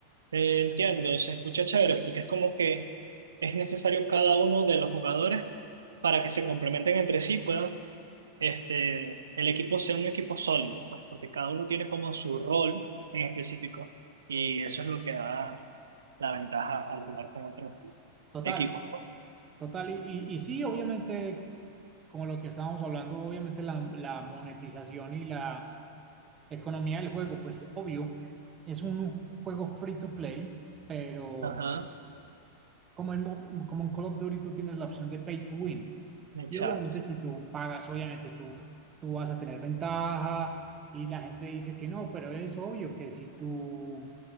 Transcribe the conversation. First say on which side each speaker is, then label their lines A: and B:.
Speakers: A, on the right (about 70°); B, on the right (about 25°).
A: Eh, entiendo, se escucha chévere porque es como que es necesario cada uno de los jugadores para que se complementen entre sí, puedan, este, el equipo sea un equipo sólido, pues porque cada uno tiene como su rol en específico y eso es lo que da la ventaja al jugar con otros
B: Total,
A: equipos, pues.
B: total. Y, y, y sí, obviamente, como lo que estábamos hablando, obviamente la, la monetización y la economía del juego, pues obvio, es un juego free to play, pero
A: Ajá,
B: como en, Mo- como en Call of Duty tú tienes la opción de pay to win.
A: exacto.
B: Y obviamente si tú pagas, obviamente tú, tú vas a tener ventaja y la gente dice que no, pero es obvio que si tú